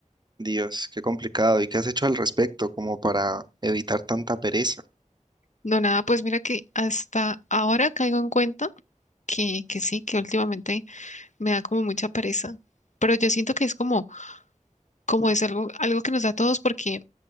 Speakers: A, on the right; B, on the left.
A: Dios, qué complicado. ¿Y qué has hecho al respecto como para evitar tanta pereza?
B: No, nada, pues mira que hasta ahora caigo en cuenta que, que sí, que últimamente me da como mucha pereza. Pero yo siento que es como, como es algo, algo que nos da a todos porque